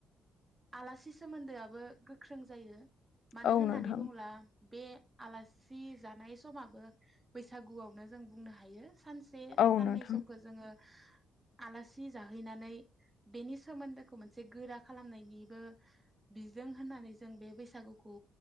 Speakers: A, on the right; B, on the left.
A: आलासि सोमोन्दोआबो गोख्रों जायो। मानो
B: औ
A: होननानै
B: नोंथां
A: बुङोब्ला। बे आलासि जानाय समाबो बैसागुआवनो जों बुंनो हायो। सानसे
B: औ
A: साननै
B: नोंथां
A: समखौ जोङो आलासि जा हैनानै बेनि सोमोन्दोखौ मोनसे गोरा खालामनायनिबो बिजों होननानै जों बे बैसागुखौ